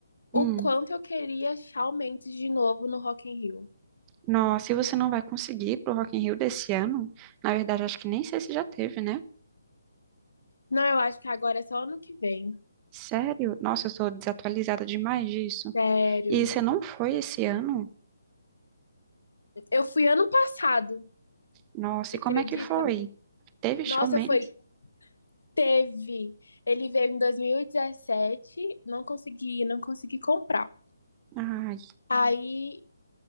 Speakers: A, on the left; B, on the right.
A: o
B: Hum.
A: quanto eu queria Shawn Mendes de novo no Rock in Rio.
B: Nossa, e você não vai conseguir ir pro Rock in Rio desse ano? Na verdade, acho que nem sei se já teve, né?
A: Não, eu acho que agora é só ano que vem.
B: Sério? Nossa, eu tô desatualizada demais disso.
A: Sério.
B: E você não foi esse ano?
A: Eu fui ano passado,
B: Nossa,
A: você
B: e
A: acredita?
B: como é que foi? Teve show
A: Nossa,
B: mesmo?
A: foi. Teve. Ele veio em 2017, não consegui, não consegui comprar.
B: Ai,
A: Aí